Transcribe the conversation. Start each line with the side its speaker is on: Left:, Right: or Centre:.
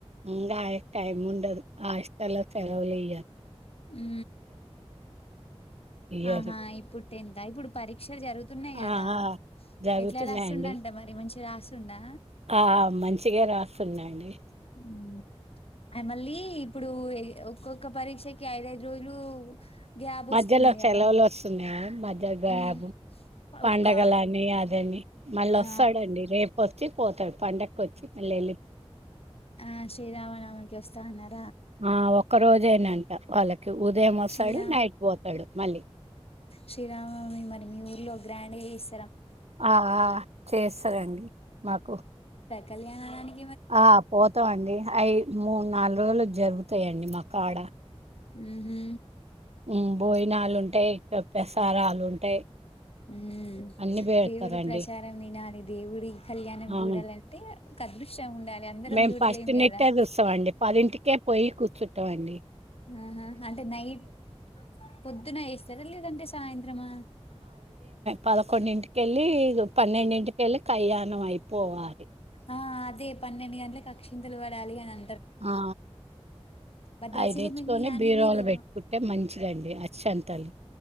Right: ఇంగ ఆ టైమ్ ఉండదు హాస్టల్ లో క తొలియారు
Left: ఉ
Right: ఇయ్యరు
Left: ఆహా ఇప్పుడు టెన్త్ ఆ ఇప్పుడు పరిక్ష పరక్ష జరుగుతున్నాయి కదా
Right: ఆ ఆ జరుగుతున్నాయండి
Left: ఎట్లా రాస్తుండంట మరి మంచి మంచిగా రాస్తుండా
Right: ఆ మంచిగా రాస్ న్నండీ
Left: మ్మ్ అ మళ్ళీ ఇప్పుడు ఒక్కొక్క పరీక్షకి ఐదఐదు రోజులు గ్యాబ్
Right: మధ్యలో
Left: వస్తుంది
Right: సెలవులు
Left: కదా
Right: వస్తున్నాయా మధ్య గ్యాప్
Left: మ్మ్.
Right: పండగల
Left: ఒక్క
Right: అని అదని మళ్ళీ వస్తాడండి
Left: ఆ
Right: రేపు వచ్చి పోతాడు పండగకి వచ్చి మళ్ళీ వెళ్ళి
Left: ఆ శ్రీరామనవమి వస్త <unintelligible>
Right: ఆ ఒక్క రోజేనంట వాళ్ళకి ఉదయం వస్తాడు
Left: శ్రీరా
Right: నైట్ పోతాడు మళ్ళీ
Left: శ్రీరామనవమి మరి మీ ఊర్లో గ్రాండ్ గా చేస్
Right: ఆ చేస్తారండి మాకు
Left: కళ్యాణానిక
Right: ఆ పోతాం అండి అయి మూడు నాలుగు రోజులు జరుగుతాయండి మాకు కాడ
Left: ఉహు
Right: ఉ పోయి నాలు ఉంటాయి <unintelligible> తారాలు ఉంటాయి
Left: <unintelligible>
Right: అన్ని పెడతారండి
Left: ప్రచారం వినాది దేవుడి కళ్యాణం
Right: అవును
Left: చూడాలంటే ఒక అదృష్టం ఉండాలి అందరం
Right: మేము
Left: చూడలేము
Right: ఫస్ట్
Left: కదా
Right: <unintelligible> చూస్తాండి పదింటికే పోయి కూర్చుంటాం అండి
Left: ఆహా అంటే నైట్ పొద్దున వేస్తేద లేదంటే సాయంత్రమా
Right: పదకొండు ఇంటికి వెళ్ళి పన్నెండింటికి వెళ్ళి కళ్యాణం అయిపోవాలి
Left: ఆ అదే పన్నెండు గంటల అక్షింతలు పడాలి అని అ
Right: ఆ
Left: భద్రాచలం
Right: అయ్యి తెచ్చుకొని
Left: వెళ్ళిలా అండి
Right: బీరువాలు
Left: మీరు
Right: పెట్టుకుంటే మంచిదండి అక్షింతలు